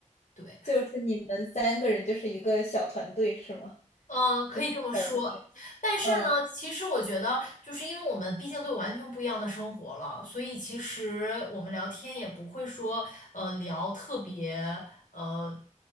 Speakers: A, on the left (about 75°); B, on the left (about 65°).
A: 对。
B: 就是你们三个人就是一个小团队是吗？
A: 嗯，可以这么说，
B: 就是小朋友。
A: 但是呢，
B: 嗯，
A: 其实我觉得，就是因为我们毕竟都有完全不一样的生活了，所以其实我们聊天也不会说，呃，聊特别，呃，